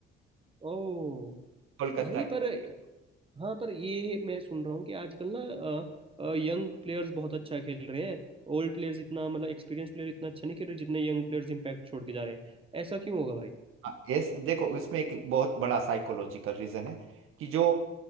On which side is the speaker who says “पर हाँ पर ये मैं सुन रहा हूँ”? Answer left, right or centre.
Right